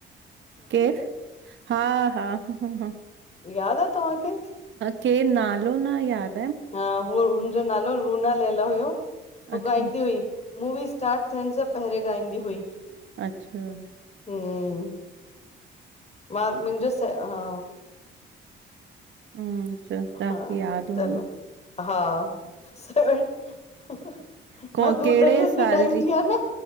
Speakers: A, on the right (about 70°); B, on the left (about 35°).
A: केर हा हा ह ह ह।
B: याद आ तव्हांखे?
A: के नालो न याद।
B: हा हू हुनजो नालो रूना लैला। <unintelligible>
A: अच्छा,
B: गाईंदी हुई मूवी स्टार्ट थियण सां पहिरें गाईंदी हुई।
A: अच्छा
B: हम्म मां मुंहिंजो स हा
A: हम्म अच्छा तव्हांखे
B: हा
A: याद हूं
B: चलो हा, सेविन ह ह
A: को
B: मां दूरदर्शन
A: कहिड़े साल
B: जे टाइम जी आयां न